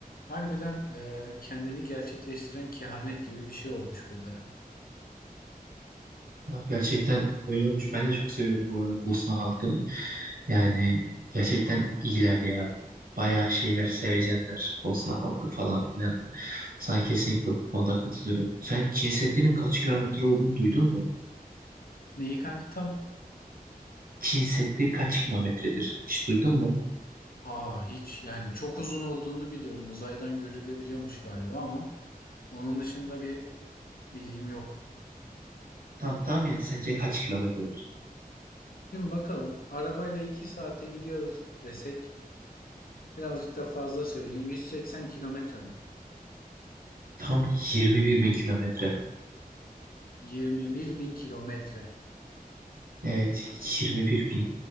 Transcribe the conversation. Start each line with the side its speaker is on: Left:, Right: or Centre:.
Left: Harbiden e, kendini gerçekleştiren kehanet gibi bir şey olmuş bu da ya.
Right: Ya gerçekten öyle olmuş. Ben de çok seviyorum bu arada Bosna halkını. Yani gerçekten iyiler ya. Bayağı şeyler sevecenler Bosna halkı falan filan. Sana kesinlikle bu konuda katılıyorum. Sen Çin Seddi'nin kaç kilometre olduğunu duydun mu?
Left: Neyi kanka tam?
Right: Çin Seddi kaç kilometredir? Hiç duydun mu?
Left: Ha hiç yani çok uzun olduğunu biliyorum. Uzaydan görülebiliyormuş galiba ama onun dışında bir bilgim yok.
Right: Tam tahmin et sence kaç kilometredir?
Left: Şimdi bakalım arabayla 2 saate gidiyoruz desek birazcık da fazla söyleyeyim. 180 kilometre mi?
Right: Tam 21 bin kilometre.
Left: 21 bin kilometre.
Right: Evet 21 bin.